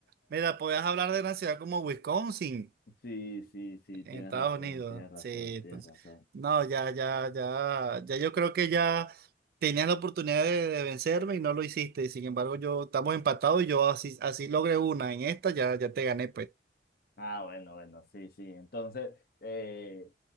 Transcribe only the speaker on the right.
Mira, podías hablar de una ciudad como Wisconsin.
En Estados
Unidos,
sí.
Entonces,
no, ya, ya, ya, ya yo creo que ya tenías la oportunidad de, de vencerme y no lo hiciste. Y sin embargo, yo estamos empatados y yo así, así logré una. En esta ya, ya te gané, pues.